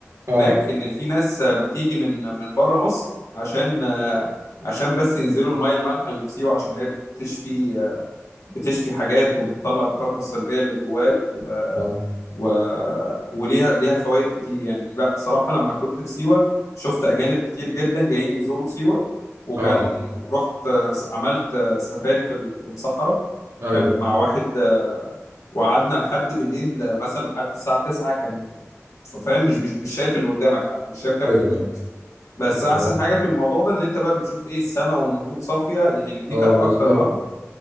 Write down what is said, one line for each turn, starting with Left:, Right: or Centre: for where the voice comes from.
Right: اه
Left: هناك ان في ناس بتيجي من من بره مصر عشان عشان بس ينزلوا الميه المالحه اللي في سيوه عشان هي بتشفي بتشفي حاجات وبتطلع الطاقه السلبيه اللي جواك و
Right: اه
Left: و وليها ليها فوائد كتير يعني لا صراحه لما كنت في سيوه شفت اجانب كتير جدا جايين يزوروا سيوه وكان
Right: اه
Left: رحت عملت سفاري في ال- في الصحراء
Right: ايوه
Left: كان مع واحد آه، وقعدنا لحد بالليل آه، مثلا لحد الساعة 9 كان ف- فاهم مش مش مش شايف اللي قدامك حتى مش شايف كف
Right: ايوه
Left: ايدك بس احسن
Right: أيوة.
Left: حاجة في الموضوع ده ان انت بقى بتشوف ايه السماء والنجوم صافية يعني دي
Right: اه
Left: كانت اكتر
Right: بالظبط
Left: مرة